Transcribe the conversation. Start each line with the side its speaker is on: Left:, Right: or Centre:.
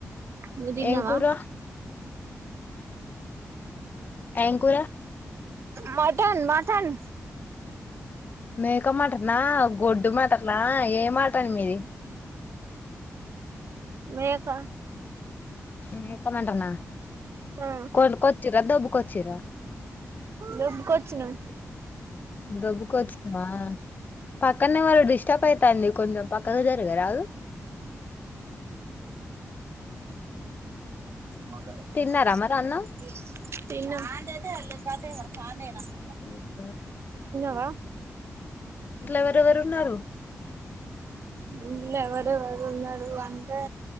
Right: నువ్ తిన్నవా.
Left: ఏం కూర ఏం కూర.
Right: మటన్ మటన్
Left: మేక మటనా, గొడ్డు మటనా, ఏ మటన్ మీది.
Right: మేకా
Left: మేక మటనా,
Right: ఆ
Left: కొన్కొచ్చిర్రా, దొబ్బుకొచ్చిర్రా.
Right: దొబ్బుకొచ్చినం
Left: దొబ్బుకొచ్చినవా. పక్కన ఎవరొ డిస్టర్బ్ అయితాంది కొంచెం పక్కకు జరగరాదు.
Right: తిన్నం
Left: తిన్నారా మరి అన్నం ఉ ఆ
Right: ఇంకా
Left: ఎవరెవరు ఉన్నారు
Right: ఇంట్ల ఎవరెవరు ఉన్నారు అంటే,